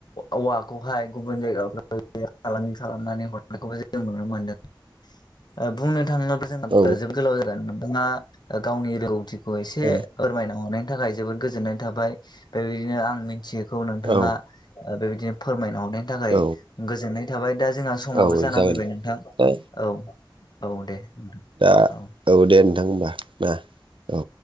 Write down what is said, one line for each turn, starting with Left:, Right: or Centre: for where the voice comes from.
Left: औवाखौहाय गुबुन जायगाफ्राव फालांगि खालामनानै हनायखौ जों नुनो मोनदों बुंनो थाङोब्ला जों
Right: औ
Left: जोबोद गोलाव जागोन नोंथाङा गावनि रोंगौथिखौ एसे
Right: औ
Left: फोरमायना हरनायनि थाखाय जोबोद गोजोननाय थाबाय बेबायदिनो आं मिथियैखौ नोंथाङा
Right: औ
Left: बेबायदिनो फोरमायना हरनायनि थाखाय
Right: औ
Left: गोजोननाय थाबाय दा जोंहा समाबो
Right: औ
Left: जाना
Right: जागोन
Left: फैबाय नोंथां
Right: दा
Left: औ औ दे नोंथां
Right: दा
Left: औ
Right: औ दे नोंथां होमबा ना औ